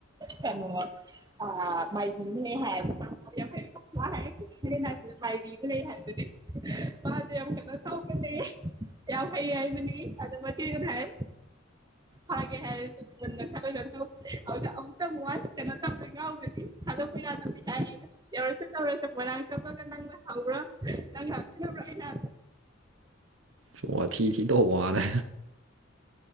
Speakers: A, on the right; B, on the right.
A: ꯀꯔꯅꯃ ꯑ ꯃꯥꯏꯗꯤ ꯍ ꯍꯥꯏꯦ ꯐ ꯍꯥꯏꯦ ꯍ ꯃꯥꯏꯗꯤ ꯂꯩ ꯍꯥꯏꯗꯨꯅꯦ ꯃꯥꯁ ꯌꯥꯝ ꯀꯟꯅ ꯇꯧꯒꯅꯦ ꯌꯥꯎ ꯍꯩ ꯍꯥꯏꯕ ꯑꯗ ꯃ ꯊ ꯀꯥꯏ ꯍꯥꯏꯦ ꯍꯥꯏꯁꯨ ꯉꯒꯛꯇ ꯃ ꯋꯥꯁ ꯇꯅꯒꯒꯗꯤ ꯊꯗꯣ ꯐꯅ ꯌꯥꯧꯁꯨ ꯆꯧꯔ ꯆ ꯐ ꯆꯧ ꯀ ꯅꯪ ꯍꯕ꯭ꯔꯣ ꯅꯪ ꯍꯥꯕ꯭ꯔꯣꯩꯅ
B: ꯁꯨꯝ ꯑꯊꯤ ꯊꯤ ꯇꯧꯕ ꯋꯥꯔꯦ